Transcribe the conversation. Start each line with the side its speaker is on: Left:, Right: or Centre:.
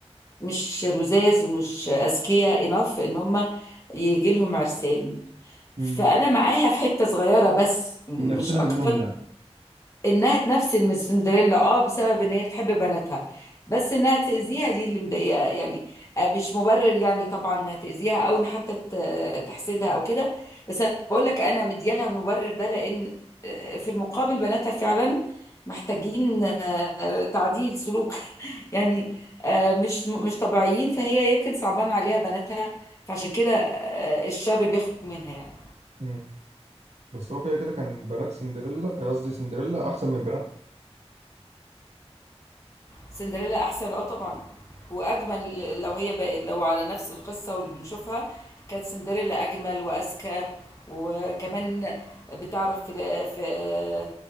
Left: مش لزاز ومش اذكياء انف ان هم يجي لهم عرسان فانا
Right: امم
Left: معاها في حته صغيره بس مش
Right: من نفسنا
Left: اكتر
Right: منهم
Left: انها تنفسن من سندريلا اه بسبب ان هي بتحب بناتها بس انها تاذيها دي اللي مضايقه يعني آه، مش مبرر يعني طبعا انها تاذيها او ان حتى ت- تحسدها او كده بس انا بقول لك انا مديالها المبرر ده لان آه، في المقابل بناتها فعلا محتاجين آه، تعديل سلوك <laughs> يعني آه، مش مش طبيعيين فهي يمكن صعبان عليها بناتها فعشان كده آه، الشر بيخرج منها يعني
Right: يعني بس هو كده كده كان بنات سندريلا قصدي سندريلا احسن من بناتها
Left: سندريلا احسن اه طبعا واجمل لو هي بقى لو على نفس القصه واللي بنشوفها كانت سندريلا اجمل واذكى وكمان بتعرف في في